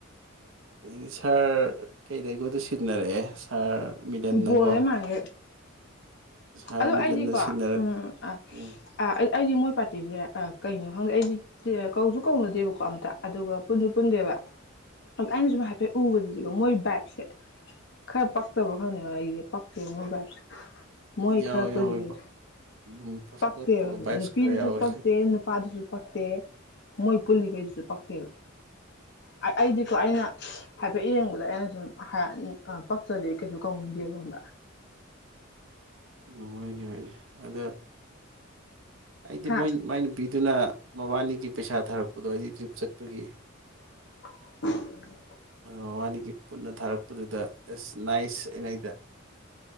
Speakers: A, on the right; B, on the left.
A: ꯑꯗꯤ ꯁꯥꯔ ꯀꯩꯗꯣ ꯑꯩꯉꯣꯟꯗ ꯁꯤꯟꯅꯔꯛꯑꯦ ꯁꯥꯔ ꯃꯤꯂꯟꯅꯀꯣ
B: ꯕꯣꯜ ꯍꯦꯛ ꯃꯟꯒꯩ
A: ꯁꯥꯔ
B: ꯑꯗꯨ
A: ꯃꯤꯂꯟꯅ
B: ꯑꯩꯗꯤꯀꯣ
A: ꯁꯤꯟꯅꯔꯛ
B: ꯎꯝ ꯎꯝ ꯑꯥ
A: ꯎꯝ
B: ꯑꯩ ꯑꯩꯗꯤ ꯃꯣꯏ ꯄꯥꯔꯇꯤꯁꯦ ꯑ ꯀꯩꯅꯣ ꯈꯪꯗꯦ ꯑꯩꯗꯤ ꯀꯧꯁꯨ ꯀꯧꯅꯗꯦꯕꯀꯣ ꯑꯝꯇ ꯑꯗꯨꯒ ꯄꯨꯟꯁꯨ ꯄꯨꯟꯗꯦꯕ ꯑꯩꯅ ꯁꯨꯝ ꯍꯥꯏꯐꯦꯠ ꯎꯕꯗꯗꯤꯀꯣ ꯃꯣꯏ ꯕꯥꯏꯞꯁꯦ ꯈꯔ ꯄꯥꯛꯇꯕꯣ ꯍꯅꯤꯉ ꯑꯩ ꯄꯛꯦ ꯃꯣꯕꯔ ꯃꯣꯏ
A: ꯌꯥꯎꯋꯦ
B: ꯈꯔ
A: ꯌꯥꯎꯋꯦꯕ
B: ꯄꯂꯤꯒꯦꯗ
A: ꯎꯝ ꯄꯁꯀꯣꯠꯇꯕ
B: ꯄꯛꯇꯦꯕ
A: ꯚꯥꯏꯞꯁ
B: ꯅꯨꯄꯤꯗꯨꯁꯨ
A: ꯈꯔ ꯌꯥꯎꯋꯦ
B: ꯄꯛꯇꯦ ꯅꯨꯄꯥꯗꯨꯁꯨ ꯄꯛꯇ‌ꯦ ꯃꯣꯏ ꯄꯨꯜꯂꯤ ꯀꯩꯁꯨ ꯄꯛꯇ‌ꯦꯕ ꯑꯩꯗꯤꯀꯣ ꯑꯩꯅ ꯍꯥꯏꯐꯦꯠ ꯌꯦꯡꯕꯗ ꯑꯩꯅ ꯁꯨꯝ ꯄꯛꯇꯔꯗꯤ ꯀꯩꯁꯨ ꯀꯧꯅꯤꯡꯗꯦꯕ ꯈꯪꯕꯔ
A: ꯅꯨꯡꯉꯥꯏꯅꯦ ꯍꯥꯏꯅꯦ ꯑꯗ ꯑꯩꯗꯤ
B: ꯍꯥ
A: ꯃꯣꯏ ꯃꯥꯏ ꯅꯨꯄꯤꯗꯨꯅ ꯃꯕꯥꯅꯤꯒꯤ ꯄꯩꯁꯥ ꯊꯥꯔꯛꯄꯗꯣ ꯑꯩꯗꯤ ꯇ꯭ꯔꯤꯞ ꯆꯠꯄꯒꯤ
B: <unintelligible>
A: ꯑꯗꯣ ꯃꯕꯥꯅꯤꯒꯤ ꯄꯨꯟꯅ ꯊꯥꯔꯛꯄ ꯄꯗꯨꯗ ꯑꯁ ꯅꯥꯏꯁ ꯆꯠꯂꯤꯉꯩꯗ